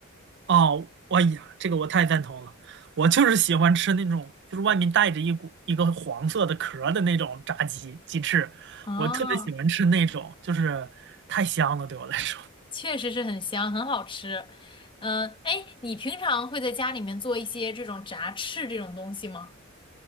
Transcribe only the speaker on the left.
啊，
确实是很香，很好吃。嗯，哎，你平常会在家里面做一些这种炸翅这种东西吗？